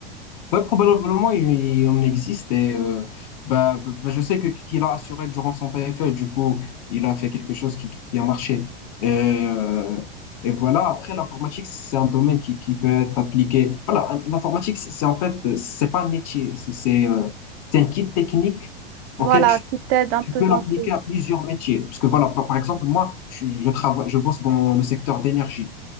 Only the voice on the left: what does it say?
Ouais, probablement il, il en existe et euh, bah, bah, bah, je sais que qu'il a assuré durant son PFL, du coup il a fait quelque chose qui, qui a marché. Et, euh, et voilà, après l'informatique c'est un domaine qui, qui peut être appliqué. Voilà, un- l'informatique c'est c'est en fait euh, c'est pas un métier, c'est c'est euh, c'est un kit technique
auquel tu,
tu
peux
l'appliquer
à plusieurs métiers. Parce que voilà, par, par exemple moi je, je travaille, je bosse dans le secteur d'énergie.